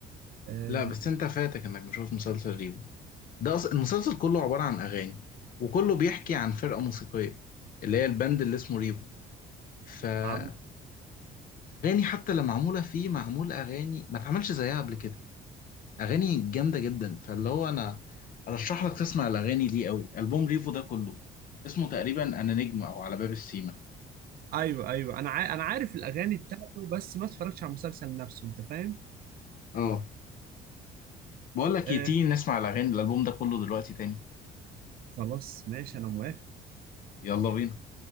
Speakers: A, on the right; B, on the left.
A: آه،
B: لا بس انت فاتك انك مشوف مسلسل ريفو ده أص- المسلسل كله عبارة عن أغاني وكله بيحكي عن فرقة موسيقية اللي هي البند اللي اسمه ريفا فالأغاني
A: عم
B: حتى اللي معمولة فيه معمول أغاني ما اتعملش زيها قبل كده أغاني جامدة جدا فاللي هو أنا أرشح لك تسمع الأغاني دي قوي ألبوم ريفو ده كله اسمه تقريبا أنا نجم أو على باب السيما
A: ايوه ايوه انا عا... انا عارف الاغاني بتاعته بس ما اتفرجتش على المسلسل نفسه انت فاهم
B: اه بقول لك
A: آه
B: إيه، تيجي نسمع الأغاني الألبوم ده كله دلوقتي تاني
A: خلاص ماشي انا موافق
B: يلا بينا